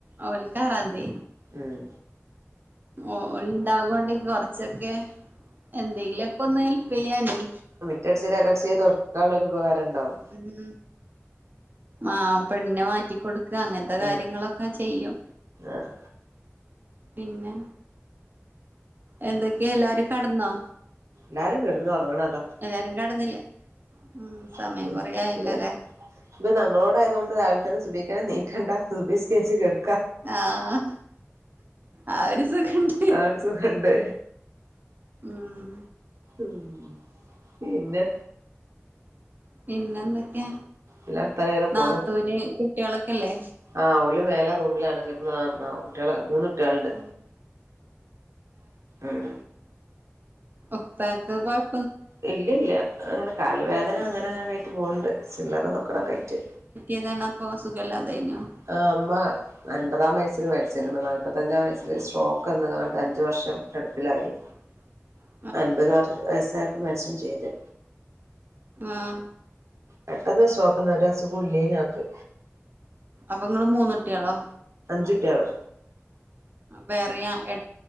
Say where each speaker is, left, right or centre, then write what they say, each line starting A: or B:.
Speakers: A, on the right (about 40°); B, on the right (about 85°).
A: ഓൽക്കാറാന്തി.
B: ഉം.
A: ഓ ൽ ണ്ടാ കോണ്ട് ക് കൊറച്ചൊക്കെ എന്തെങ്കിലൊക്കെന്ന് ഹെൽപെയ്യാനെ.
B: റ്റട്ചേരി അകട്ചേരി തൊട്ക്കാള്ളെരു ഉപകാരണ്ടാവും.
A: ഉം. ആഹ് പെണ്നെ മാറ്റിക്കൊടുക്ക അങ്ങൻത്തെ കാര്യങ്ങളൊക്കെ
B: ആഹ്
A: ചെയ്യും.
B: ആഹ്
A: പിന്നെ എന്തൊക്കെയാ എല്ലാരും കട്ട്ന്നോ?
B: ല്ലാരും കെട്ന്ന് ഒർങ്ങണതാ.
A: എല്ലാരും കടന്നില്ലേ? ഉം
B: അ
A: സമയം കൊറേ ആയല്ലോല്ലേ
B: അ് പ്പൊ നമ്മളോടായതോണ്ട്
A: ഉം
B: രാവിൽ ത്ര സുബേക്കനെ ന്നീക്കണ്ടാ സുബിസ്കര്ച്ച് കെട്.
A: ആഹ് ആ ഒരു സുഖണ്ട്.
B: ആ ഒരു സുഖണ്ട്
A: ഉം.
B: ഉം പിന്നെ.
A: പിന്നെന്തെക്കെ?
B: എല്ലാ വർത്താനം അങ്ങനെ
A: ന്നാത്തൂന്
B: പോണ്
A: കുട്ട്യളൊക്കെല്ലേ?
B: ആഹ് ഓല് മേലെ റൂമിലാണ് കെട്ന്ന് <inaudible> ട്ട്യള് മൂന്നുട്ട്യളുണ്ട്.
A: ഉം
B: ഉം.
A: ഒപ്പാക്ക് കൊഴ്-
B: ഇല്ലല്ല അങ്ങനെ കാല് വേദന
A: ഉം
B: അങ്ങനെങ്ങാൻ കയ്റ്റ് പോവ്ണ്ട് ചില്ലറ നൊക്കട കയ്റ്റ്.
A: ഏതാണപ്പൊ സുഖല്ലാതയ്നോ?
B: ആഹ് ഉമ്മ. അൻപതാം വയസ്സിൽ മര്ച്ച്ക്ണ്. നാല്പത്തഞ്ചാം വയസ്സില് സ്ട്രോക്കന്ന് കാണ്ട് അഞ്ച് വർഷം കെട്പ്പിലായി.
A: <inaudible>
B: അൻപത് വർ വയസ്സായപ്പോ മര്ച്ചും ചെയ്ത്.
A: ആഹ്.
B: പെട്ടെന്ന് സ്ട്രോക്കന്ന് ഒരസുഖുല്ലേ നി ആക്ക്.
A: അപ്പങ്ങള് മൂന്നുട്ട്യളോ?
B: അഞ്ചുട്ട്യാള്.
A: വേറിയ എ-